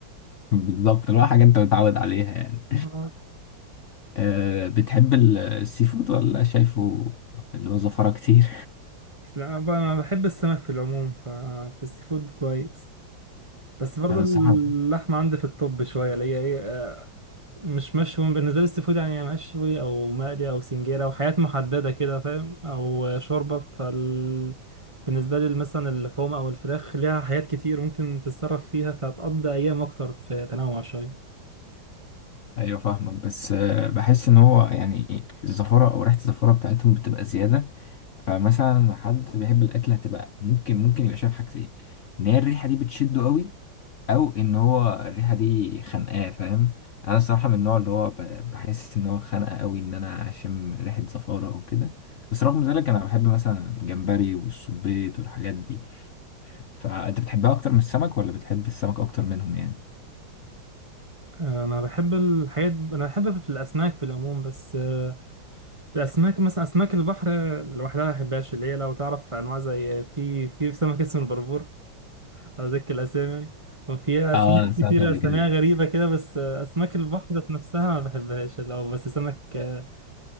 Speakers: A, on the left; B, on the right.
A: بالظبط اللي هو حاجه انت متعود عليها يعني
B: آه.
A: أه بتحب ال- السي فود ولا شايفه اللي هو زفرة كتير
B: لا بقى أنا بحب السمك في العموم ففي السي فود كويس بس برضه
A: <laughs> على
B: اللحمة
A: الصحة
B: عندي في الطب شوية اللي هي ايه آه، مش مشوي بالنسبة لي السي فود يعني يا مشوي أو مقلي أو سنجيرة أو حاجات محددة كده فاهم أو آه، شوربة فال بالنسبة لي مثلا اللحوم أو الفراخ ليها حاجات كتير ممكن تتصرف فيها فهتقضي أيام أكتر في تنوع شوية
A: ايوه فاهمك بس أه بحس ان هو يعني الزفرة او ريحة الزفرة بتاعتهم بتبقى زيادة فمثلا حد بيحب الاكل هتبقى ممكن ممكن يبقى شايف حاجتين ان هي الريحة دي بتشده قوي او ان هو الريحة دي خانقاه فاهم انا الصراحة من النوع اللي هو ب- بحس ان هو خانقه قوي ان انا اشم ريحة زفارة او كده بس رغم ذلك انا بحب مثلا الجمبري والسبيط والحاجات دي فانت بتحبها اكتر من السمك ولا بتحب السمك اكتر منهم يعني
B: آه، أنا بحب الحاجات أنا بحب في الأسماك في العموم بس آه، الأسماك مثلا أسماك البحر لوحدها ما بحبهاش اللي هي لو تعرف أنواع زي في في سمك اسمه البربور أذكر الأسامي يعني. وفي أسماك
A: اه انا سمعت
B: كتير
A: قبل
B: أساميها
A: كده
B: غريبة كده بس أسماك البحر ذات نفسها ما بحبهاش لو بس سمك آه،